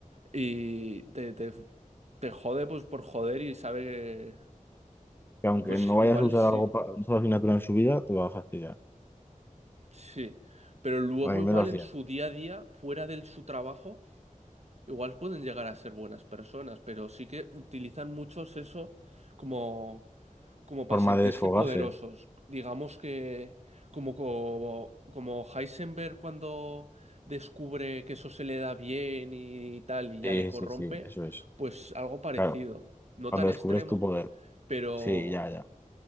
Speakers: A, on the right; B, on the left.
A: y te, te, te jode pues por joder y sabe que,
B: que aunque
A: pues
B: no vayas
A: igual
B: a usar
A: sí,
B: algo para una asignatura en su vida, te va a fastidiar.
A: sí. Pero luego
B: A mí
A: igual
B: me lo hacían.
A: en su día a día, fuera de su trabajo, igual pueden llegar a ser buenas personas, pero sí que utilizan muchos eso como... como para
B: Forma
A: sentirse
B: de desfogarse.
A: poderosos. Digamos que como, como, como Heisenberg cuando descubre que eso se le da bien y tal y ya
B: Sí,
A: le corrompe,
B: sí, sí, eso es.
A: pues algo parecido.
B: Claro,
A: No
B: cuando
A: tan
B: descubres
A: extremo,
B: tu poder.
A: pero
B: Sí, ya, ya.